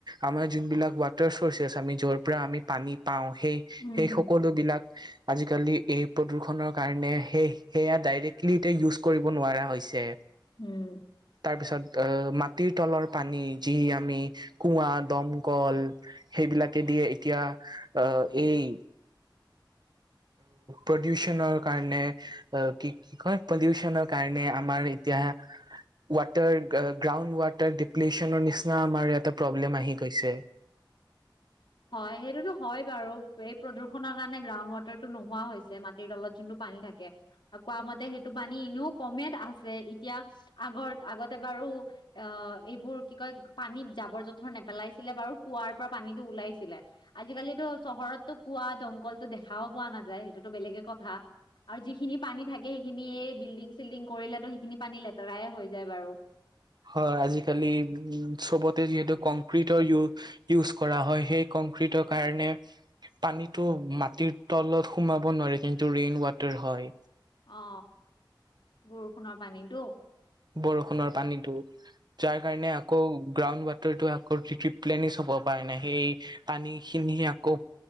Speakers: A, on the right; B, on the left.
A: আমাৰ যোন বিলাক ৱাটাৰ চৰ্চছ আমি জৰ পৰা আমি পানী পাওঁ সেই
B: উম
A: সেই
B: হম
A: সকলো বিলাক আজিকালি এই প্ৰদূৰ্ষণৰ কাৰণে সেই সেয়া ডাইৰেক্টলি এতিয়া ইউজ কৰিব নোৱাৰা হৈছে।
B: উম।
A: তাৰ পিছত অ মাটিৰ তলৰ পানী, যি আমি কুঁৱা, দমকল সেই এই বিলাকে দিয়ে এতিয়া আহ এই
B: <inaudible>
A: প্ৰদুচনৰ কাৰণে কি কি কয় পলিচনৰ কাৰণে আমাৰ এতিয়া ৱাটাৰ। গ্ৰাউণ্ড ৱাটাৰ ডিপ্লিচনৰ নিচিনা আমাৰ ইয়াতে প্ৰব্লেম আহি গৈছে।
B: হয়। সেইটোতো হয় বাৰু এই প্ৰদূষণৰ কাৰণে গ্ৰাউড ৱাটাৰটো নোহোৱা হৈছে মাটিৰ তলত যোনটো পানী থাকে আৰু কোৱা মতে সেইটো পানী এনেও কমে আছে এতিয়া আগত আগতে বাৰু অ, এইবোৰ কি কয় পানীত জাবৰ-জোথৰ নেপেলাইছিলে বাৰু কুঁৱাৰ পৰা পানীতো ওলাইছিল। ছিলে আজিকালিতো চহৰতো কোৱা দমকল দেখাও পোৱা নাযায় সেইটোতো বেলেগে কথা। আৰু যিখিনি পানী থাকে সেইখিনি এই বিল্ডিং-চিল্ডিং কৰিলেতো সেইখিনি পানী লেতেৰায়ে হৈ যায় বাৰু।
A: হয় আজিকালি উ চবতে যিহেতু কংক্ৰিটৰ ইউজ কৰা হয় সেই কং। দূষিত কাৰণে। পানীতটো মাটিৰ তলত সোমাব নোৱাৰে কিন্তু ৰেইন ৱাটাৰ হয়
B: অ বৰষুণৰ পানীতো।
A: বৰষুণৰ পানীতো যাৰ কাৰণে আকৌ গ্ৰাউড ৱাট টো আকৌ টি প্লেনিছ হব পাৰে নাই সেই পানী খিনি আকৌ।